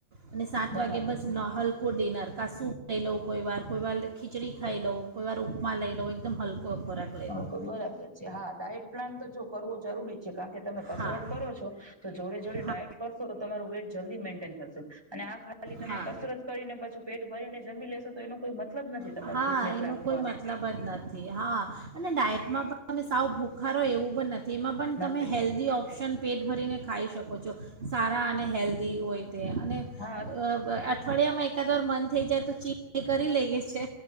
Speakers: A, on the right; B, on the right.
A: અને સાત
B: બરાબર
A: વાગે બસ ન હલકુ ડિનર કાસુ ખ લોઉ કોઈ બાર કોઈ બાર ખિચડી ખાઈ લઉ કોઈ વાર ઉપમા લઈ લો એકદમ હલકો ખોરાક
B: છે
A: લઈ લો
B: બરાબર હા, ડાયટ પ્લાન તો જો કરવો જરૂરી જ છે, કારણ કે તમે કસરત
A: હા
B: કરો છો તો જોડે જોડે ડાયટ
A: હા
B: કરશો તો તમારું વેટ જલ્દી મેન્ટેન થશે અને આ ખાલી તમે
A: હા
B: કસરત કરીને પાછું પેટ ભરીને જમી લેશો તો એનો કોઈ મતલબ નથી તમારી
A: હા
B: ફિટનેસ
A: એનો
B: રાખ
A: મતલબ જ નથી. હા અને ડાયટમાં તમે સાવ ભૂખારો એવું પણ નથી. તેમાં પણ તમે
B: નથી
A: હેલ્ધી ઓપ્શન પેટ ભરીને ખાઈ શકો છો, સારા અને હેલ્ધી હોય. અને એ
B: હા
A: અઠવાડિયામાં એકાદ વાર મન થઇ જાય તો સીટ ડે કરી લઈએ છે.